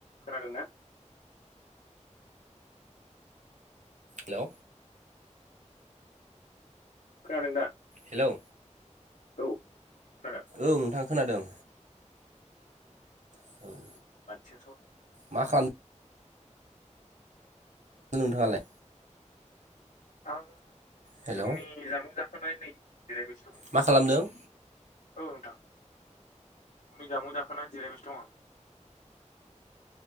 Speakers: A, on the left (about 80°); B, on the right (about 70°).
A: खोनादों ना?
B: हेलौ।
A: खोनादों दा?
B: हेलौ।
A: औ खोनादों।
B: औ नोंथां खोनादों। औ।
A: <unintelligible>
B: मा खालाम‌ दों नोंथाङालाय?
A: आं
B: हेल'
A: फुंनि जामुं जाखांनानै नै जिरायबायसो दं।
B: मा खालामदों?
A: औ नोंथां। फुंनि जामुं जाखांना जिरायबायसो दं आं।